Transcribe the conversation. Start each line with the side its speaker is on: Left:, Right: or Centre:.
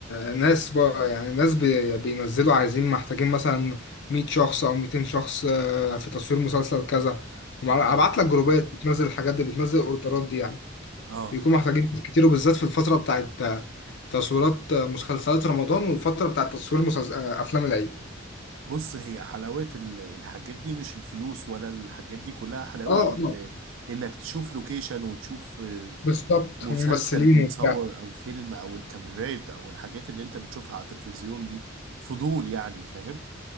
Left: آه، ناس ب... يعني ناس بي... بينزلوا عايزين محتاجين مثلا 100 شخص أو 200 شخص آه، في تصوير مسلسل كذا وابعت
Right: اه
Left: لك جروبات بتنزل الحاجات دي بتنزل الاوردرات دي يعني
Right: اه
Left: بيكونوا محتاجين ناس كتير وبالذات في الفترة بتاعت آه، تصويرات آه، مسلسلات رمضان والفترة بتاعت تصوير مسلسل... آه، أفلام العيد
Right: بص هي حلاوة ال- الحاجات دي مش الفلوس ولا الحاجات دي كلها حلاوة
Left: اه
Right: ال-
Left: اه
Right: انك تشوف لوكيشن وتشوف آه،
Left: بالظبط
Right: مسلسل
Left: هم ممثلين
Right: بيتصور
Left: وبتاع
Right: او فيلم او الكاميرات او الحاجات اللي انت بتشوفها على التلفزيون دي فضول يعني فاهم